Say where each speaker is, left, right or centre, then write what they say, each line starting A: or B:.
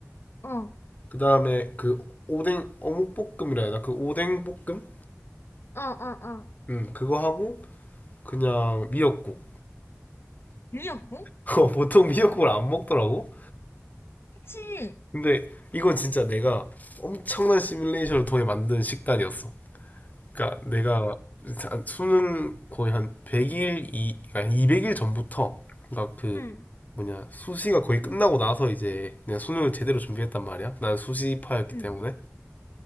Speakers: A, on the left; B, on the left.
A: 어, 어,
B: 그 다음에 그 오뎅 어묵볶음이라 해야 되나 그 오뎅 볶음
A: 어, 어.
B: 음 그거 하고 그냥 미역국
A: 미역국?
B: <laughs> 보통 미역국을 안 먹더라고
A: 그치.
B: 근데 이건 진짜 내가 엄청난 시뮬레이션을 통해 만든 식단이었어 그러니까 내가 수능 거의 한 100일 이 그러니까 한 200일 전부터 그러니까 그
A: 응,
B: 뭐냐 수시가 거의 끝나고 나서 이제 내가 수능을 제대로 준비했단 말이야. 난 수시파였기
A: 응,
B: 때문에.